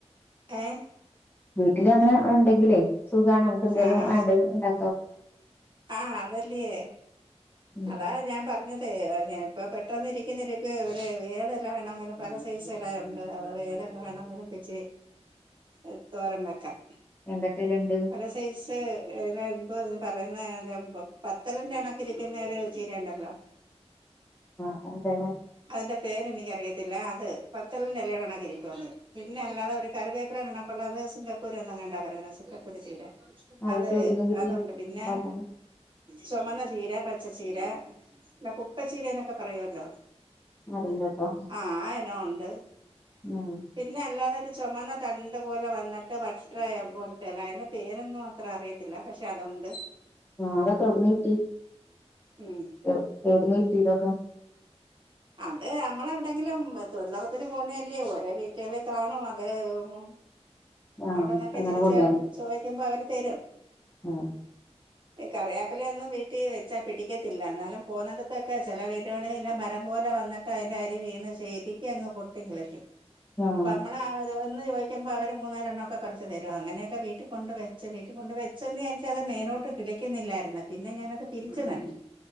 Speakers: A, on the right; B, on the left.
A: ഏഹ്
B: വീട്ടില് അങ്ങനെ ഉണ്ടെങ്കിലേ സുഖാണ് നമുക്ക് എന്തേലും
A: ആ
B: വേണ്ടത് ഉണ്ടാ
A: ആഹ് അതല്ലേ
B: ഉം
A: അതാ ഞാൻ പറഞ്ഞത് തെ അത് ഞാനിപ്പ പെട്ടെന്ന് ഇരിക്കുന്ന ഇരിപ്പ് പിന്നെ ഏതെല വേണമെങ്കിലും പല സൈസ് എല ഒണ്ട് അതോ വേത ന്ന് വേണോങ്കിലും പ്പിച്ച്
B: <inaudible>
A: ത് തോരൻ വെക്കാം
B: എന്തക്കലുണ്ട്
A: പല സൈസ് എല ഇപ്പ തിന് പറയുന്ന എലാവുമ്പോ പത്തല്ന്റെ കണക്ക് ഇരിക്കുന്നേര് ചീര ഒണ്ടല്ലോ
B: ആഹ് എന്താണ്
A: അതിന്റെ പേര് എനിക്കറിയത്തില്ല അത് പത്തല്ന്റെ എലേ കണക്കിരിക്കും അത് പിന്നെ അല്ലാതെ ഒരു കറിവേപ്പില നിന്നപ്പൊള്ളത് സിംഗപ്പൂര്ന്ന്ങ്ങണ്ടാ പറയണ് സിംഗപ്പൂര് ചീര
B: അതൊക്കെ
A: അതെ
B: എവിടുന്ന് കിട്ടി
A: അതൊണ്ട് പിന്നെ
B: ഉണ്ടാക്കാന്
A: ചൊമന്നചീര, പച്ചച്ചീര പിന്ന കുപ്പച്ചീര എന്നൊക്കെ പറയോല്ലോ
B: അറിയില്ലട്ടോ
A: ആഹ് ആ എനോം ഒണ്ട്
B: ഉം
A: പിന്നെ അല്ലാതെ ഒരു ചൊമന്ന തണ്ട് പോലെ വന്നിട്ട് വട്ട്റായ പോലത്തെ എല അതിന്റെ പേരൊന്നു അത്ര അറിയത്തില്ല പക്ഷെ അതൊണ്ട്
B: ആഹ് അതൊക്ക എവിട്ന്ന് കിട്ടി.
A: ഉം
B: എവ് എവിട്ന്ന് കിട്ടി ഇതൊക്കെ <inaudible>
A: അത് അമ്മള് എവിടെയെങ്കിലും തൊഴിലൊറപ്പിന് പോകുന്ന അല്ലേയോ ഓരോ വീട്ടേളെ കാണും അത് ഉം
B: ആഹ്
A: അവിടന്നക്കെ
B: അങ്ങനെ
A: ഇച്ചിരിച്ചെ
B: കൊണ്ടുവരണം
A: ചോയിക്കമ്പ അവര് തരും
B: ആഹ്
A: ഈ കറിയാപ്പില ഒന്നും വീട്ടീ വെച്ചാ പിടിക്കത്തില്ല എന്നാലും പോക്ന്നട്ത്തൊക്കെ ചെല വീട്കളിലും മരം പോലെ വന്ന് ട്ട് അതിന്റെ അരി വീണ് ശരിക്ക് അങ്ങ് പൊട്ടി കിളിക്കും
B: ആഹ്
A: പ്പമ്മൾ ആഹ് അത് ഒന്ന് ചോയ്ക്കമ്പ അവര് മൂന്നാലെണ്ണോക്ക പറിച്ച് തരും അങ്ങനെയൊക്കെ വീട്ടി കൊണ്ട് വെച്ച് വീട്ടി കൊണ്ട് വെ ച്ചന്ന് വിചാരിച്ച് അത് മേലോട്ട് കിളിക്കുന്നില്ലായിരുന്ന് പിന്നെ ഞാനത് പിരിച്ച് നട്ട്